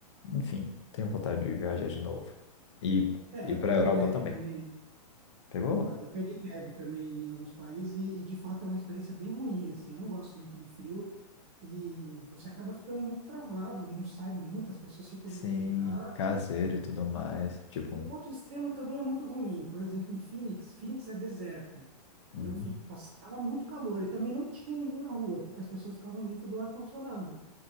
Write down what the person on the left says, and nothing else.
enfim, tenho vontade de viajar de novo. E,
e
para
a Europa
também.
Pegou?
Sim,
caseiro e tudo mais. Tipo,
uhum.